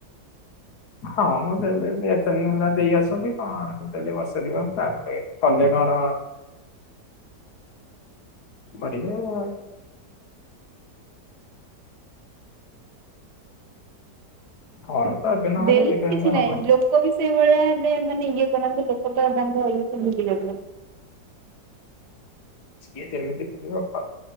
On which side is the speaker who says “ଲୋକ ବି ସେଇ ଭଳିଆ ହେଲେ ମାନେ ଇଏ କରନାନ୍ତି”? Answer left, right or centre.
Right